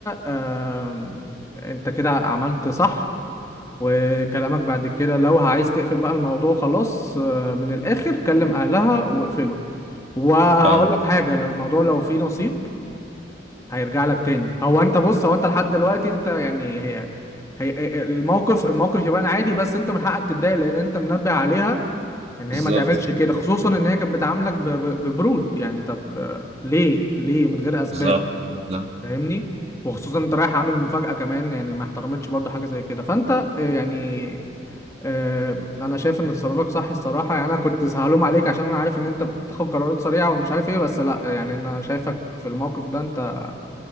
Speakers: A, on the left (about 15°); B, on the right (about 35°).
A: آم... انت كده عملت صح وكلامك بعد كده لو عايز تقفل بقى الموضوع خلاص آه، من الآخر كلم أهلها واقفله وهقول
B: فاهم.
A: لك حاجة لو الموضوع لو فيه نصيب هيرجع لك تاني هو انت بص هو انت لحد دلوقتي انت يعني هي هي هي- الموقف الموقف يبان عادي بس انت من حقك تتضايق لان انت منبه عليها ان هي
B: بالظبط
A: ما تعملش كده خصوصا ان هي كانت بتعاملك ب- ب- ببرود يعني طب آه، ليه ليه من غير اسباب
B: بالظبط بالظبط
A: فاهمني وخصوصا انت رايح عامل مفاجأة كمان يعني ما احترمتش برضه حاجة زي كده فانت آه، يعني آه، انا شايف ان تصرفك صح الصراحه يعني انا كنت سهلوم عليك عشان انا عارف ان انت بتاخد قرارات سريعه ومش عارف ايه بس لا يعني انا شايفك في الموقف ده انت